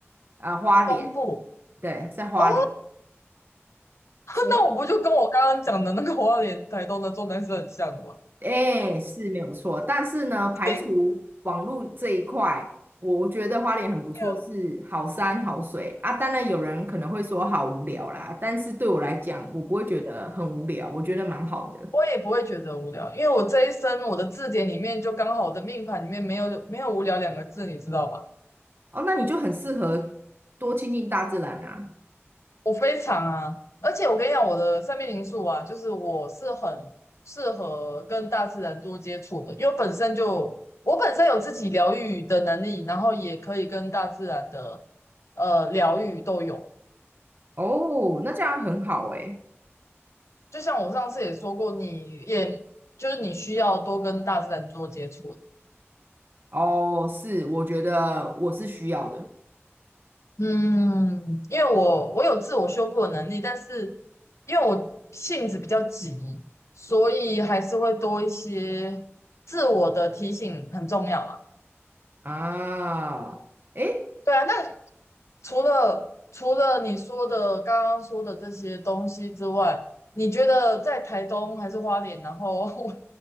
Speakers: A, on the right; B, on the left.
A: 啊，花莲，
B: 东部，
A: 对，在花莲，
B: 哦，<laughs>
A: 所以
B: 那我不就跟我刚刚讲的那个花莲、台东的状态是很像的吗？
A: 哎是没有错。但是呢，排除网络这一块，
B: <laughs>
A: 我觉得花莲很不错，
B: 嗯
A: 是好山好水啊。当然有人可能会说好无聊啦，但是对我来讲，我不会觉得很无聊，我觉得蛮好的。
B: 我也不会觉得无聊，因为我这一生我的字典里面就刚好我的命盘里面没有没有无聊两个字，你知道吧？
A: 哦，那你就很适合多亲近大自然啊。
B: 我非常啊，而且我跟你讲，我的生命灵数啊，就是我是很适合跟大自然多接触的，因为本身就我本身有自己疗愈的能力，然后也可以跟大自然的呃疗愈都有。
A: 哦，那这样很好诶。
B: 就像我上次也说过，你也就是你需要多跟大自然多接触，
A: 哦，是，我觉得我是需要的
B: 嗯，因为我我有自我修复的能力，但是因为我性子比较急，所以还是会多一些自我的提醒很重要啊。
A: 啊。诶，
B: 对啊，那除了除了你说的刚刚说的这些东西之外，你觉得在台东还是花莲，然后 <laughs> 我